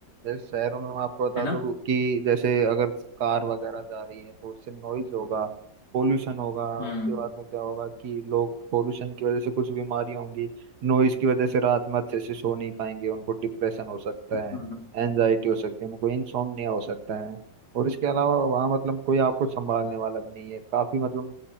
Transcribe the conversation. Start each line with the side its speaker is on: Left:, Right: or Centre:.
Right: जैसे शहरों में मैं आपको बता
Left: है ना
Right: दूं कि जैसे अगर कार वगैरह जा रही है तो उससे नॉइज होगा पोल्यूशन होगा
Left: हम्म
Right: उसके बाद में क्या होगा कि लोग पोल्यूशन की वजह से कुछ बीमारियां होंगी नॉइज की वजह से रात में अच्छे से सो नहीं पाएंगे उनको डिप्रेशन हो सकता है
Left: हम्म,
Right: एनजाइटी हो सकती है उनको इंसोम्निया हो सकता है और इसके अलावा वहाँ मतलब कोई आपको संभालने वाला भी नहीं है काफी मतलब